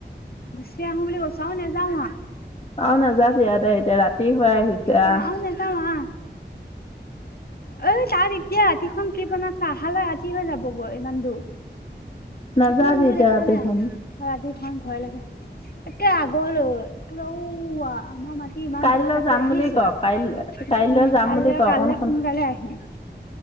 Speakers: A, on the left; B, on the left.
A: এতিয়া আহো বুলি কৈছা আৰু নাযাওঁ মই
B: আৰু নাযাবি আৰু দে এতিয়া ৰাতি হৈ আহিছে আহ।
A: অ আৰু নাযাওঁ আহ।
B: <inaudible>
A: এই তাত এতিয়া ৰাতিখন কি বনাইছা খালে ৰাতি হৈ যাবগৈ ইমান দূৰ।
B: নাযাবি
A: ইমান দূৰ
B: এতিয়া
A: দেখা
B: ৰাতিখন
A: নাই। ৰাতিখন ভয় লাগে একে আগলৈ ওৱা আমাৰ মা টি ইমান
B: কাইলৈ
A: দূৰত আছে
B: যাম
A: দেখিছ
B: বুলি ক
A: উম
B: কাইলৈ কাইলৈ যাম
A: কাইলৈ
B: বুলি ক অকণ
A: কাইলৈ সোনকালে আহিম।